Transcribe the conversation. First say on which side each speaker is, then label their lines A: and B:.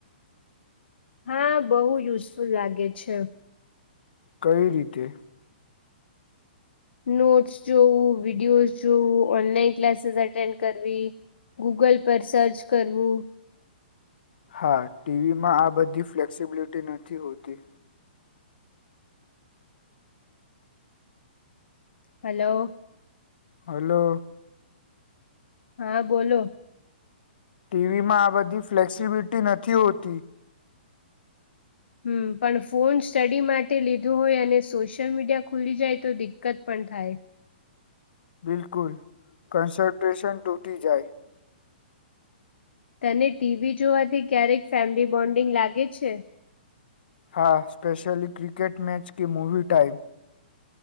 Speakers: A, on the left; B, on the left.
A: હા બહુ યુઝફુલ લાગે છે.
B: કઈ રીતે.
A: નોટ્સ જોવું વિડીયોઝ જોવું ઓનલાઈન ક્લાસીસ એટેન્ડ કરવી. ગૂગલ પર સર્ચ કરવું
B: હા ટીવીમાં આ બધી ફ્લેક્સિબિલિટી નથી હોતી
A: હલો
B: હલો
A: હા બોલો
B: ટીવીમાં આ બધી ફ્લેક્સિબિલિટી નથી હોતી
A: હમ પણ ફોન સ્ટડી માટે લીધો હોય અને સોશિયલ મીડિયા ખુલી જાય તો દિક્કત પણ થાય
B: બિલકુલ કન્સન્ટ્રેશન ટૂટી જાય
A: તને ટીવી જોવાથી ક્યારેક ફેમિલી બોન્ડિંગ લાગે છે
B: હા સ્પેશલી ક્રિકેટ મેચ કે મૂવી ટાઈમ